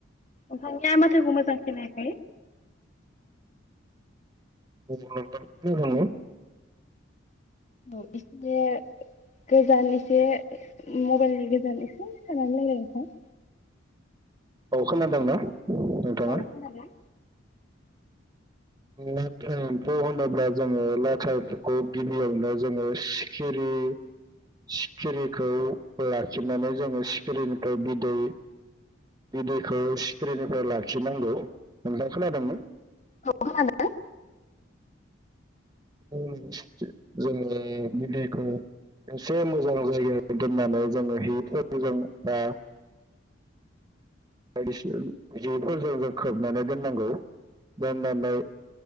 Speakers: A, on the left; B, on the right.
A: नोंथांनिया माथोखौ मोजां खोनायाखै
B: <unintelligible> <unintelligible>
A: औ एसे गोजान एसे मबेलनि गोजान एसे जानानै रायलाय नोंथां।
B: औ खोनादोंना? नोंथाङा
A: औ खोनादों
B: लाथा एम्फौ होनोब्ला जोङो लाथा एम्फौखौ गिबियावनो जोङो सिखिरि सिखिरिखौ लाखिनानै जोङो सिखिरिनिफ्राय बिदै बिदैखौ सिखिरिनिफ्राय लाखिनांगौ नोंथाआ खोनादों ना?
A: औ खोनादों।
B: <inaudible> जोङो बिदैखौ एसे मोजां जायगायाव दोननानै जोङो हिफोरजों बा बायदिसिना जिफोरजों जों खोबनानै दोननांगौ दोननानै